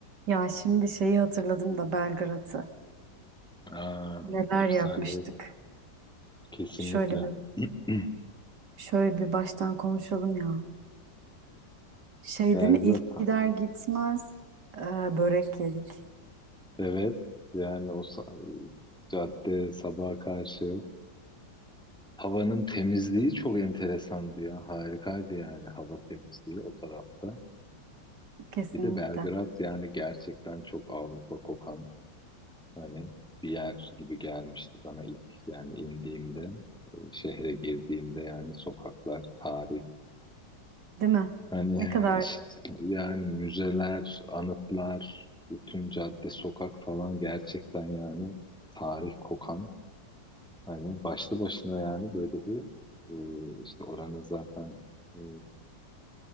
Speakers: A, on the right; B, in the centre.
A: Ya şimdi şeyi hatırladım da Belgrad'ı.
B: Aa,
A: Neler
B: efsaneydi.
A: yapmıştık.
B: Kesinlikle.
A: Şöyle bir
B: <clears throat>
A: şöyle bir baştan konuşalım ya. Şey
B: Belgrad.
A: değil mi? İlk gider gitmez e, börek yedik.
B: Evet. Yani o sa- cadde sabaha karşı havanın temizliği çok enteresandı ya. Harikaydı yani hava temizliği o tarafta.
A: Kesinlikle.
B: Bir de Belgrad yani gerçekten çok Avrupa kokan hani bir yer gibi gelmişti bana ilk yani indiğimde, e, şehre girdiğimde yani sokaklar, tarih
A: Değil mi?
B: Hani
A: Ne kadar.
B: işte yani müzeler, anıtlar, bütün cadde, sokak falan gerçekten yani tarih kokan. Hani başlı başına yani böyle bir e, işte oranın zaten e,